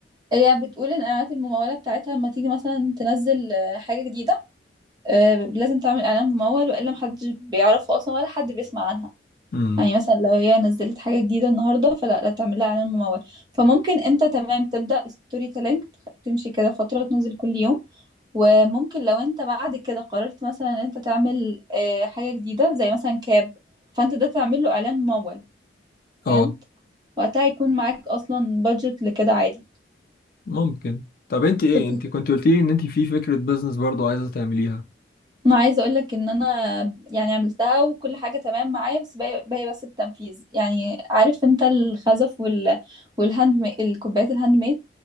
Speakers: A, on the right; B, on the left.
A: هي بتقول ان اعلانات الممولة بتاعتها لما تيجي مثلا تنزل آه، حاجة جديدة آه، لازم تعمل اعلان ممول والا محدش بيعرفها اصلا ولا حد بيسمع عنها
B: امم
A: يعني مثلا لو هي نزلت حاجة جديدة النهاردة فلا لا تعمل لها إعلان ممول فممكن انت تمام تبدأ ستوري تيلينج تمشي كده فترة وتنزل كل يوم وممكن لو انت بعد كده قررت مثلا ان انت تعمل آه، حاجة جديدة زي مثلا كاب فانت ده تعمل له إعلان ممول فهمت
B: اه
A: وقتها هيكون معاك أصلا بادجت لكده عادي
B: ممكن طب انت ايه
A: كنت
B: انت كنت قلت لي ان انت في فكرة بيزنس برضو عايزة تعمليها
A: انا عايزة اقولك ان انا يعني عملتها وكل حاجة تمام معايا بس باقي باقي بس التنفيذ يعني عارف انت الخزف وال والهاند مي... الكوبايات الهاند ميد